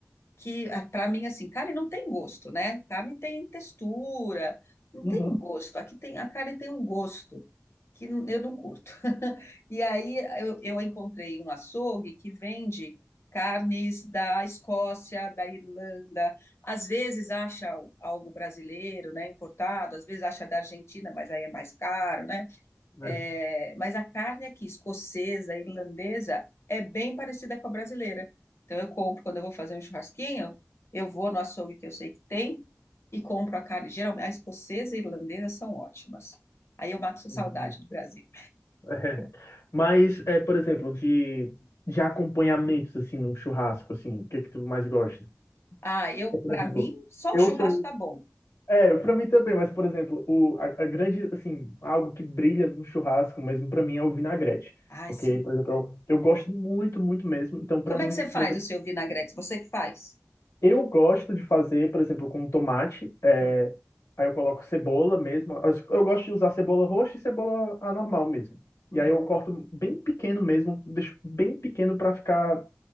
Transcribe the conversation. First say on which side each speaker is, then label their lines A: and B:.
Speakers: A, on the left; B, on the left.
A: que para mim assim, carne não tem gosto, né? Carne tem textura, não
B: Uhum.
A: tem gosto. Aqui tem a carne tem um gosto que n- eu não curto. <laughs> E aí eu, eu encontrei um açougue que vende carnes da Escócia, da Irlanda, às vezes acha algo brasileiro, né, importado, às vezes acha da Argentina, mas aí é mais caro, né?
B: né?
A: É, mas a carne aqui, escocesa, irlandesa, é bem parecida com a brasileira. Então, eu compro, quando eu vou fazer um churrasquinho, eu vou no açougue que eu sei que tem e compro a carne. Geralmente, a escocesa e a irlandesa são ótimas. Aí eu mato
B: Hum,
A: saudade do Brasil.
B: é. Mas, é, por exemplo, de, de acompanhamentos, assim, num churrasco, assim, o que que tu mais gosta?
A: Ah, eu,
B: Porque,
A: para
B: Por exemplo,
A: mim, só
B: eu
A: o churrasco
B: sou...
A: tá
B: um-
A: bom.
B: É, pra mim também, mas, por exemplo, o, a, a grande, assim, algo que brilha no churrasco mesmo, pra mim, é o vinagrete.
A: Ah,
B: Porque,
A: sim.
B: por exemplo, eu, eu gosto muito, muito mesmo. Então, pra
A: Como
B: mim,
A: é que você
B: por
A: faz
B: exemplo,
A: o seu vinagrete? Você que faz?
B: Eu gosto de fazer, por exemplo, com tomate. é,
A: Uhum,
B: aí eu coloco cebola mesmo. As- Eu gosto de usar cebola roxa e cebola a normal mesmo.
A: uhum,
B: E aí eu corto bem pequeno mesmo, deixo bem pequeno pra ficar,